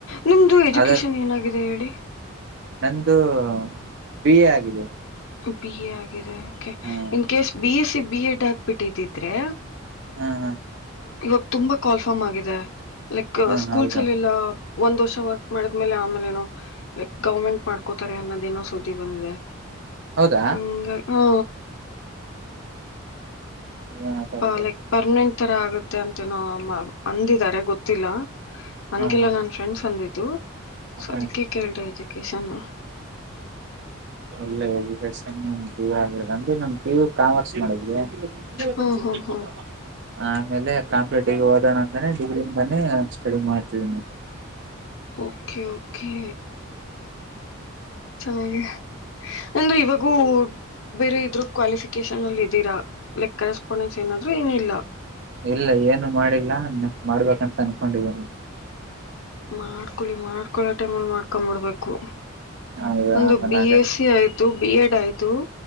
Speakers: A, on the left (about 70°); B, on the right (about 55°).
A: ನಿಮ್ದು ಎಜುಕೇಶನ್
B: ಅರ್
A: ಏನಾಗಿದೆ ಹೇಳಿ
B: ನಂದು ಬಿ ಎ ಆಗಿದೆ
A: ಬಿ ಎ ಆಗಿದೆ ಕೆ
B: ಹ್ಮ್
A: in case B S C B Ed ಆಗ್ಬಿಟ್ಟಿದಿದ್ರೆ
B: ಹಾ ಹಾ
A: ಇವಾಗ ತುಂಬಾ ಕಾಲ್ಫಾರ್ಮ್ ಆಗಿದೆ ಲೈಕ್
B: ಹ್ಮ್
A: ಸ್ಕೂಲ್ಸ್
B: ಹೌದಾ
A: ಅಲ್ಲೆಲ್ಲ ಒಂದ್ ವರ್ಷ ವರ್ಕ್ ಮಾಡಿದ್ಮೇಲೆ ಆಮೇಲೆ ಏನೋ ಲೈಕ್ ಗೌರ್ಮೆಂಟ್ ಮಾಡ್ಕೋತಾರೆ ಅನ್ನೋದೇನೋ ಸುದ್ದಿ ಬಂದಿದೆ
B: ಹೌದಾ
A: ಹಂಗ ಹಾ
B: ಏನಪ್ಪ
A: ಪ
B: ಅದು ಗೊತ್ತಿಲ್ಲ
A: ಲೈಕ್ ಪರ್ಮನೆಂಟ್ ತರ ಆಗುತ್ತೆ ಮ ಅಂತ ನ ಅಂದಿದ್ದಾರೆ ಗೊತ್ತಿಲ್ಲ ನನ್ಗೆಲ್ಲಾ
B: ಹ್ಮ್
A: ನನ್ ಫ್ರೆಂಡ್ಸ್ ಅಂದಿದ್ದುೊ
B: ಹ್ಮ್
A: ಅದಕ್ಕೆ ಕೇಳಿದೆ ಎಜುಕೇಶನ್
B: ಒಳ್ಳೆ ಎಜುಕೇಶನ್ ಪಿಯು ಆಗಿರೋದು ಅಂದ್ರೆ ನನ್ ಪಿಯು ಕಾಮರ್ಸ್ ಮಾಡಿದವಿ ಈಗೆಲ್ಲ
A: ಹ್ಮ್
B: ತನ್ಸಷ್ಟ
A: ಹ್ಮ್ ಹ್ಮ್
B: ಹಾ ಆಮೇಲೆ ಕಾಂಪ್ಲೀಟ್ ಡಿಗ್ರಿ ಓದೋಣ ಅಂತಾನೆ ಡಿಗ್ರಿ ಬನ್ನಿ ಸ್ಟಡಿ ಮಾಡ್ತಿದೀನಿ
A: ಓಕೆ ಕೆ ಚೆನ್ನಾಗಿ ಅಂದ್ರೆ ಇವಾಗೂ ಬೇರೆ ಇದ್ರ ಕ್ವಾಲಿಫಿಕೇಶನ್ ಅಲ್ಲಿ ಇದೀರಾ ಲೈಕ್ ಕರೆಸ್ಪಾಂಡೆನ್ಸ್ ಏನಾದ್ರು ಏನಿಲ್ಲ
B: ಇಲ್ಲ ಏನು ಮಾಡಿಲ್ಲ ಮಾಡ್ಬೇಕಂತ ಅನ್ಕೊಂಡಿದೀವು
A: ಮಾಡ್ಕಳಿ ಮಾಡ್ಕೊಳೋ ಟೈಮಲ್ಲಿ ಮಾಡ್ಕೊಂಬಿಡ್ಬೇಕು
B: ಆಮೇಲೆ
A: ಒಂದು
B: ಆಗಲ್ಲ
A: ಬಿ ಎಸ್ ಸಿ ಆಯ್ತು ಬಿ ಎಡ್ ಆಯ್ತು